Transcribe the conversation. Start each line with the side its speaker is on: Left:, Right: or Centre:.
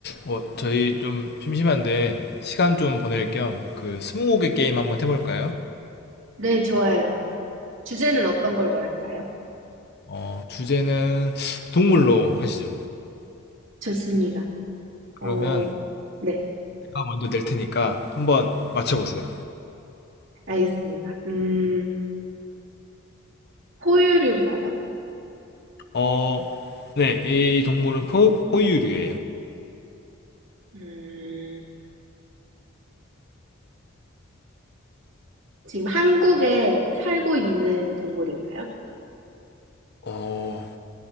Left: 어, 저희 좀 심심한데 시간 좀 보낼 겸 그 스무고개 게임 한번 해볼까요?
Right: 네, 좋아요. 주제는 어떤 걸로 할까요?
Left: 어, 주제는 동물로 하시죠.
Right: 좋습니다.
Left: 그러면
Right: 어, 네,
Left: 제가 먼저 낼 테니까 한번 맞춰보세요.
Right: 알겠습니다. 음, 포유류인가요?
Left: 어, 네, 이 동물은 포, 포유류예요.
Right: 음, 지금 한국에 살고 있는 동물인가요?
Left: 어,